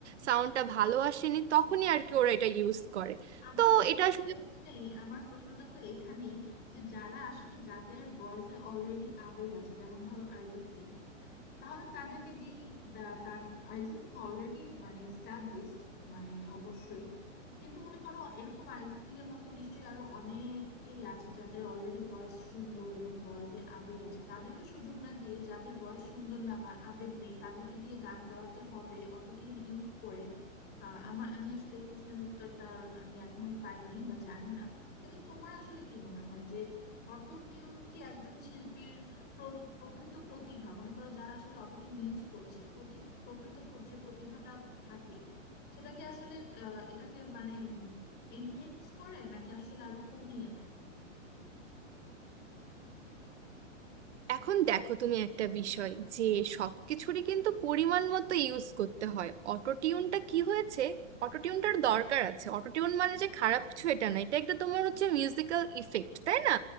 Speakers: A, on the right; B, on the left.
A: সাউন্ডটা ভালো আসেনি তখনই আর কি ওরা এটা ইউজ করে
B: আমার
A: তো
B: প্রশ্নটা
A: এটা আসলে
B: তো এখানেই আমার প্রশ্নটা তো এখানেই যে যারা আসলে যাদের ভয়েসে অলরেডি আবেগ আছে যেমন ধরো অরিজিৎ সিং তাহলে তাদেরকে দিয়ে তার অরিজিৎ সিং অলরেডি মানে এস্টাবলিশড মানে অবশ্যই কিন্তু মনে করো এরকম অরিজিৎ সিং এর মতো নিশ্চয়ই আরো অনেকেই আছে যাদের অলরেডি ভয়েস সুন্দর এবং ভয়েসে আবেগ আছে তাদেরকে সুযোগ না দিয়ে যাদের ভয়েস সুন্দর না বা আবেগ নেই তাদেরকে দিয়ে গান গাওয়াতে হবে অটোটিউন ইউজ করে আহ, আমার আমি আসলে এই প্রশ্নের উত্তরটা আমি এখনো পাইনি বা জানি না কিন্তু তোমার আসলে কি মনে হয় যে অটো টিউন কি একজন শিল্পীর প্র- প্রকৃত প্রতিভা মনে করো যারা আসলে অটোটিউন ইউজ করছে প্রতি প্রকৃত প্র- যে প্রতিভাটা থাকে সেটাকে আসলে আহ, এটাকে মানে এনহেন্স করে নাকি আসলে আরো কমিয়ে দেয়
A: এখন দেখো তুমি একটা বিষয় যে সবকিছুরই কিন্তু পরিমাণ মতো ইউজ করতে হয় অটোটিউনটা কি হয়েছে অটোটিউনটার দরকার আছে অটোটিউন মানে যে খারাপ কিছু এটা না এটা একটা তোমার হচ্ছে মিউজিক্যাল ইফেক্ট তাই না